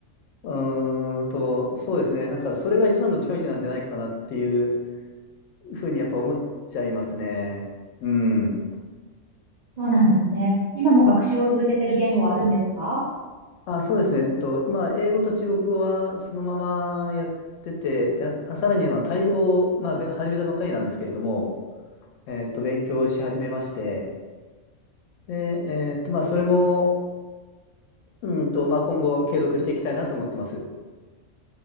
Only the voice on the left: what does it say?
うーんと、そうですね。なんか、それが一番の近道なんじゃないかなっていうふうにやっぱ思っちゃいますね。うん。
あ、そうですね。えっと、まあ、英語と中国語はそのままやってて、で、あ、さらに、まあ、タイ語を、まあ、べ始めたばかりなんですけれども、えっと、勉強し始めまして、で、えっと、まあ、それも、うんと、まあ、今後継続していきたいなと思ってます。